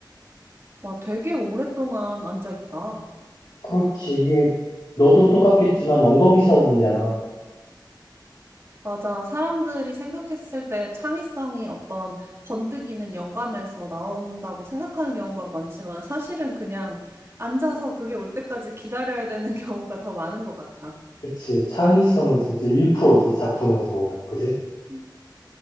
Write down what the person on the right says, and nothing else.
와, 되게 오랫동안 앉아있다.
맞아. 사람들이 생각했을 때 창의성이 어떤 번뜩이는 영감에서 나온다고 생각하는 경우가 많지만 사실은 그냥 앉아서 그게 올 때까지 기다려야 되는 <laughs> 경우가 더 많은 것 같아.
음,